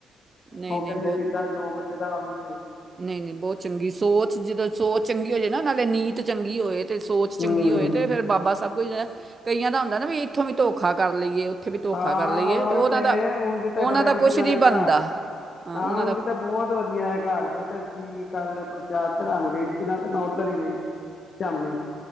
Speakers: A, on the right; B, on the left.
A: ਨਹੀਂ
B: ਉਹ
A: ਨਹੀਂ
B: ਕਹਿੰਦੇ ਜਿੱਦਾਂ ਜੋ ਬਚਦਾ ਉਹੀ ਸਹੀ।
A: ਨਹੀਂ-ਨਹੀਂ ਬਹੁਤ ਚੰਗੀ, ਸੋਚ ਜਦੋਂ ਸੋਚ ਚੰਗੀ ਹੋ ਜਾਵੇ ਨਾ ਨਾਲੇ ਨੀਤ ਚੰਗੀ ਹੋਏ। ਤੇ ਸੋਚ
B: ਹੂੰ
A: ਚੰਗੀ ਹੋਏ ਤੇ ਫਿਰ ਬਾਬਾ ਸਭ ਕੁਝ ਕਈਆਂ ਦਾ ਹੁੰਦਾ ਨਾ ਵੀ ਇੱਥੋਂ ਵੀ ਧੋਖਾ ਕਰ ਲਈਏ। ਵੀ ਧੋਖਾ
B: ਹਾਂ
A: ਕਰ ਲਈਏ
B: ਓਹੀ
A: ਉਹਨਾਂ
B: ਤੇ
A: ਦਾ
B: ਉਝ ਤੇ
A: ਉਹਨਾਂ
B: ਬੜੇ
A: ਦਾ
B: ਵਧੀਆ
A: ਕੁਛ ਨਹੀਂ
B: ਨੇ
A: ਬਣਦਾ
B: ਘਰ। ਹਾਂ,
A: ਉਹਨਾਂ
B: ਉਜ
A: ਦਾ ਕੁ-
B: ਤੇ ਬਹੁਤ ਵਧੀਆ ਏ ਘਰ ਦੇ। ਤੇ ਅਸੀ ਕੱਲ ਪ੍ਰਛਾਦ ਚੜਾਨ ਗਏ ਸੀ ਨਾ ਤੇ ਮੈਂ ਉੱਧਰ ਹੀ ਰਹੀ। ਸ਼ਾਮੀ